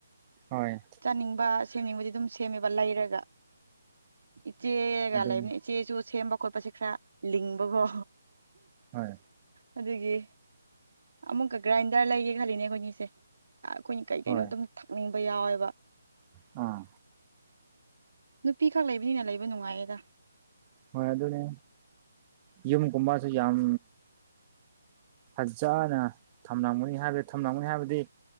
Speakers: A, on the right; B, on the right.
A: ꯍꯣꯏ
B: ꯆꯥꯅꯤꯡꯕ ꯁꯦꯝꯅꯤꯡꯕꯗꯤ ꯑꯗꯨꯝ ꯁꯦꯝꯃꯦꯕ ꯂꯩꯔꯒ ꯏꯆꯦꯒ
A: ꯑꯗꯨꯅꯤ
B: ꯂꯩꯕꯅꯤ ꯏꯆꯦꯁꯨ ꯁꯦꯝꯕ ꯈꯣꯠꯄꯁꯦ ꯈꯔ ꯂꯤꯡꯕꯀꯣ
A: ꯍ
B: ꯑꯗꯨꯒꯤ ꯑꯃꯨꯛꯀ ꯒ꯭ꯔꯥꯏꯟꯗꯔ ꯂꯩꯒꯦ ꯈꯜꯂꯤꯅꯦ ꯑꯩꯈꯣꯏꯅꯤꯁꯦ ꯑꯩꯈꯣꯏꯅ ꯀꯩ ꯀꯩꯅꯣ
A: ꯍꯣꯏ
B: ꯑꯗꯨꯝ ꯊꯛꯅꯤꯡꯕ ꯌꯥꯎꯋꯦꯕ
A: ꯑꯥ
B: ꯅꯨꯄꯤꯈꯛ ꯂꯩꯕꯅꯤꯅ ꯂꯩꯕ ꯅꯨꯡꯉꯥꯏꯌꯦꯗ
A: ꯍꯣꯏ ꯑꯗꯨꯅꯦ ꯌꯨꯝꯒꯨꯝꯕꯁꯨ ꯌꯥꯝ ꯐꯖꯅ ꯊꯝꯂꯝꯒꯅꯤ ꯍꯥꯏꯕꯗꯤ ꯊꯝꯂꯝꯒꯅꯤ ꯍꯥꯏꯕꯗꯤ